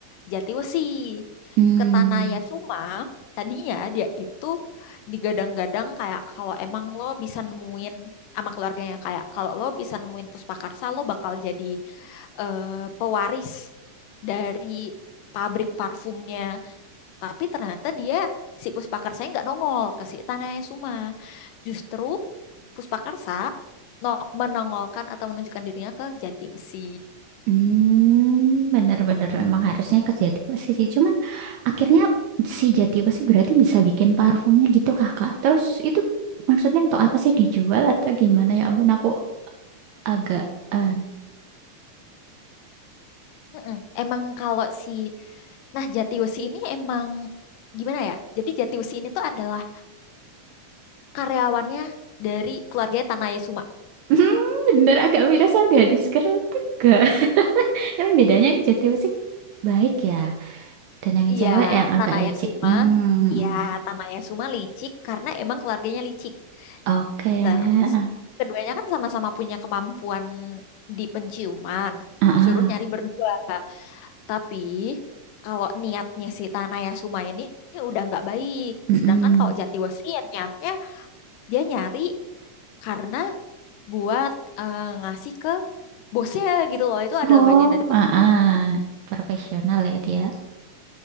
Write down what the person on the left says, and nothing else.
Jatiwesi,
ke Tanah Yasuma. Tadinya dia itu digadang-gadang kayak kalau emang lo bisa nemuin sama keluarganya kayak kalau lo bisa nemuin Puspakarsa lo bakal jadi eh, pewaris dari pabrik parfumnya. Tapi ternyata dia si Puspakarsa nggak nongol ke si Tanah Yasuma. Justru Puspakarsa no, menongolkan atau menunjukkan dirinya ke Jatiwesi.
Mm-mm. Emang kalau si Nah, Jatiwesi ini emang gimana ya? Jadi Jatiwesi ini tuh adalah karyawannya dari keluarga Tanaya Suma.
Iya,
Tanaya
Suma.
Iya, Tanaya Suma licik karena emang keluarganya licik.
Terus keduanya kan sama-sama punya kemampuan di penciuman.
Suruh nyari berdua. Tapi kalau niatnya si Tanaya Suma ini, ini udah nggak baik.
Sedangkan kalau Jatiwesi ya niatnya dia nyari karena buat eh, ngasih ke bosnya gitu loh. Itu adalah
bagian dari
pekerjaan.